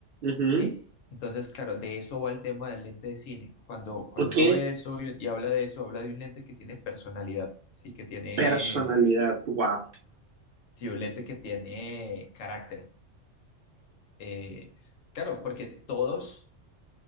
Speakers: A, on the right; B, on the left.
A: ujú.
B: ¿sí? Entonces, claro, de eso va el tema del lente de cine. Cuando, cuando
A: Ok.
B: uno ve eso y, y habla de eso, habla de un lente que tiene personalidad, ¿sí? Que tiene...
A: Personalidad, wow.
B: Sí, un lente que tiene carácter, Eh, claro, porque todos,